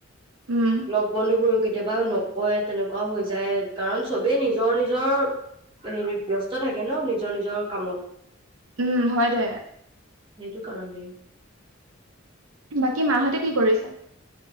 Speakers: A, on the right; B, on the right.
A: উম,
B: লগ বন্ধুবোৰক কে কেতিয়াবা নকয় তেনেকুৱাও হৈ যায় কাৰণ চবেই নিজৰ নিজৰ হেৰিত ব্যস্ত থাকে ন' নিজৰ নিজৰ কামত।
A: উম, হয় দে।
B: সেইটো কাৰাগে
A: বাকী মাহঁতে কি কৰিছে?